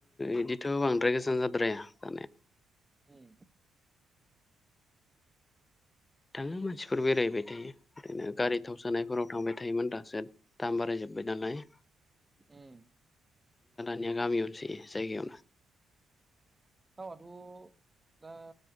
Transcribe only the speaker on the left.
इदिथ बांद्राय गोजान जाद्राया जानाया
थाङो मानसिफोर बेरायहैबाय थायो ओरैनो गारि थाव सानायफोराव थांबाय थायोमोन दासो दाम बाराय जोबबाय नालाय
गामियावनो सोयो जायगायावनो